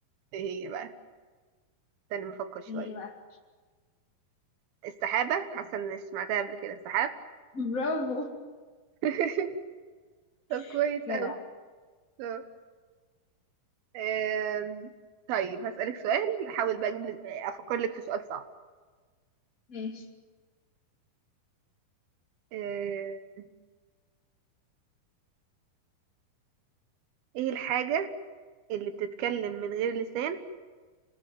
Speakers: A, on the right; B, on the left.
A: ايه هي بقى تاني مفكر شوية
B: ايه هي بقى
A: السحابة حاسة اني سمعتها قبل كده السحاب
B: برافو
A: <laughs> طب كويس
B: <laughs> جدع
A: اوي طب، آم، طيب هسألك سؤال احاول بقى اجيب لك آه، افكر لك في سؤال صعب
B: ماشي
A: آه، ايه الحاجة اللي بتتكلم من غير لسان